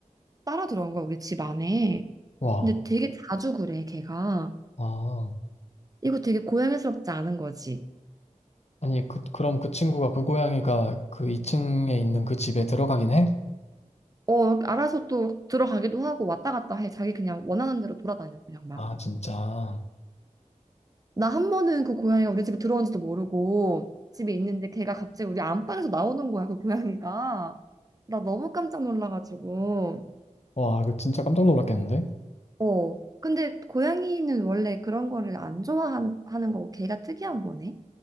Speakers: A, on the right; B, on the left.
A: 따라 들어온 거야 우리 집 안에.
B: 와.
A: 근데 되게 자주 그래 걔가.
B: 아.
A: 이거 되게 고양이스럽지 않은 거지.
B: 아니, 그, 그럼 그 친구가, 그 고양이가 그 2층에 있는 그 집에 들어가긴 해?
A: 어, 알아서 또 들어가기도 하고 왔다 갔다 해. 자기 그냥 원하는 대로 돌아다녀, 그냥 막.
B: 아, 진짜.
A: 나 한 번은 그 고양이가 우리 집에 들어온지도 모르고 집에 있는데 걔가 갑자기 우리 안방에서 나오는 거야, 그 고양이가. 나 너무 깜짝 놀라가지고.
B: 와, 그 진짜 깜짝 놀랐겠는데?
A: 어. 근데 고양이는 원래 그런 거를 안 좋아하는 하는 거고 걔가 특이한 거네.